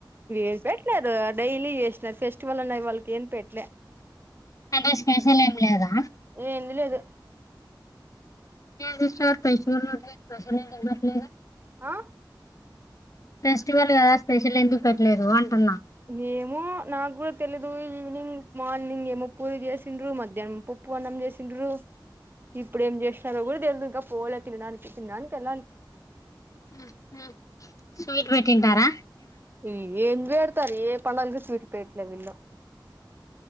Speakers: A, on the right; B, on the left.
A: ఏం పెట్టలేరు డైలీ వసిన ఫెస్టివల్ ఉన్నాయి వాళ్ళకి ఏం పెట్లే
B: అంటే స్పెషల్ ఏం లేదా
A: ఏంది లేదు
B: న సార్ పైస ఉ పైసా మట్లేద
A: ఆ
B: ఫెస్టివల్ కదా స్పెషల్ ఎందుకు పెట్టలేదు అంటున్నా
A: మేము నాకు కూడా తెలిదు ఈవినింగ్ మార్నింగ్ ఏమో పూజ చేసిండ్రు మధ్యాహ్నం పు పోనం చేసిండ్రు ఇప్పుడ ఏం చేస్తున్నారో కూడా తెలిదు ఇంకా పోలే తినడానికి తినడానికి వెళ్ళాలి
B: <unintelligible> తింటారా
A: ఏ ఏం పెడతారు ఏ పండగలకి స్వీట్ పెట్లే వీళ్లు